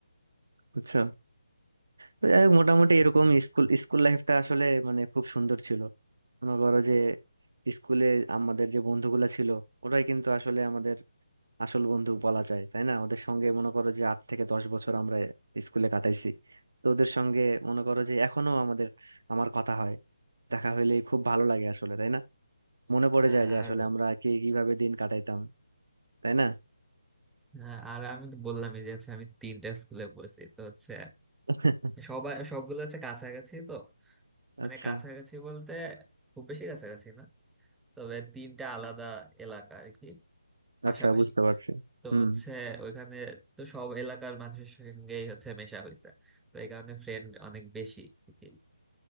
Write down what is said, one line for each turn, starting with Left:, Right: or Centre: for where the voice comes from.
Right: বুঝছো তো
Centre: হ্যাঁ,
Right: যাই হোক, মোটামুটি
Centre: বুঝলাম
Right: এরকম স্কুল স্কুল লাইফটা আসলে মানে খুব সুন্দর ছিল মনে করো যে স্কুলে আমাদের যে বন্ধুগুলা ছিল ওরাই কিন্তু আসলে আমাদের আসল বন্ধু বলা যায় তাই না ওদের সঙ্গে মনে করো যে আট থেকে দশ বছর আমরা স্কুলে কাটাইছি তো ওদের সঙ্গে মনে করো যে এখনো আমাদের আমার কথা হয় দেখা হইলে খুব ভালো লাগে আসলে তাই না মনে পড়ে
Centre: হ্যাঁ
Right: যায় যে
Centre: আর
Right: আসলে আমরা কে কিভাবে দিন কাটাইতাম তাই না
Centre: হ্যাঁ, আর আমি তো বললামই যে হচ্ছে আমি তিনটা স্কুলে পড়েছি তো হচ্ছে
Right: <laughs>
Centre: সবাই সবগুলো হচ্ছে কাছাকাছি তো মানে
Right: আচ্ছা
Centre: কাছাকাছি বলতে খুব বেশি কাছাকাছি না তবে তিনটা আলাদা এলাকা আর কি পাশাপাশি
Right: আচ্ছা বুঝতে পারছি
Centre: তো
Right: হুম
Centre: হচ্ছে ওইখানে তো সব এলাকার মানুষের সঙ্গেই হচ্ছে মেশা হয়েছে তো এই কারণে ফ্রেন্ড অনেক বেশি আর কি।